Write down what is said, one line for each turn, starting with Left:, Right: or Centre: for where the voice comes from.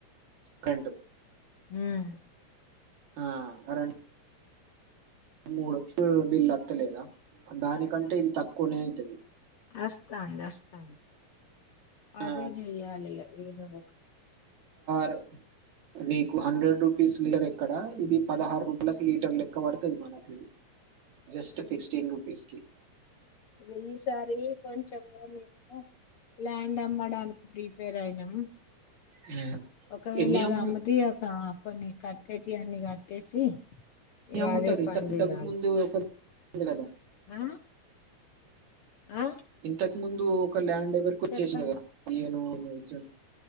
Right: కరెంట్
Left: మ్మ్
Right: ఆ ఆ రన్ మూడు వచ్చి బిల్ అత్తలేదా దానికంటే ఇది తక్కువనే అయితది
Left: వస్తాంది వస్తాంది
Right: ఆ!
Left: అదే చెయాలి ఏదో ఒక
Right: ర్ నీకు హండ్రెడ్ రూపీస్ లీటర్ ఎక్కడ ఇది పదహారు రూపాలకు లీటర్ లెక్క పడతది మనకి జస్ట్ ఫిక్స్టీన్ రూపీస్కి
Left: ఎన్ని సార్లు కొంచెం <unintelligible> ల్యాండ్ అమ్మడానికి ప్రిపేర్ అయినాం
Right: హ్మ్.
Left: ఒకవేళ
Right: ఎన్ని అమ్ము
Left: అది అమ్ముతే ఇగ ఆ కొన్ని కట్టేకి అన్ని కట్టేసి
Right: న
Left: ఇగ
Right: అమ్ముతారు
Left: అదే పని
Right: త
Left: చేయాలి
Right: తగ ముందు ఉంది గదా!
Left: ఆ ఆ
Right: ఇంతకు ముందు ఒక ల్యాండ్ దగ్గరకి వచ్చేసిండే
Left: చెప్పండి
Right: గద మళ్ళీ ఎనో నేచర్